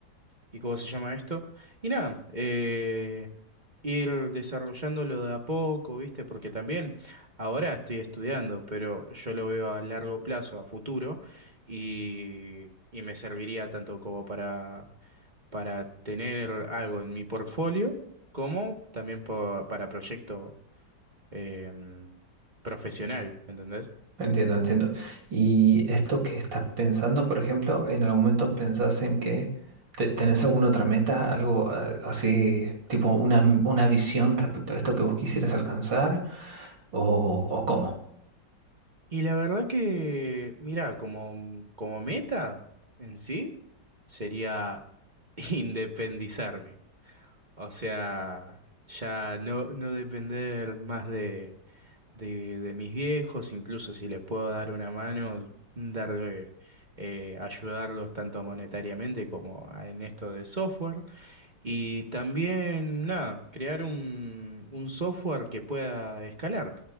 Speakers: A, on the right; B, on the right.
A: ¿Y cómo se llama esto? Y nada, eh, ir desarrollándolo de a poco, ¿viste? Porque también ahora estoy estudiando, pero yo lo veo a largo plazo, a futuro, y, y me serviría tanto como para, para tener algo en mi portfolio, como también po- para proyecto em, profesional, ¿entendés?
B: Entiendo, entiendo. Y esto que estás pensando, por ejemplo, ¿en algún momento pensás en que te- tenés alguna otra meta, algo eh, así, tipo una, una visión respecto a esto que vos quisieras alcanzar? ¿O, o cómo?
A: Y la verdad que, mira, como, mm, como meta en sí, sería <laughs> independizarme. O sea, ya no, no depender más de, de, de mis viejos, incluso si les puedo dar una mano, darle, eh, ayudarlos tanto monetariamente como a- en esto de software. Y también, nada, crear un, un software que pueda escalar.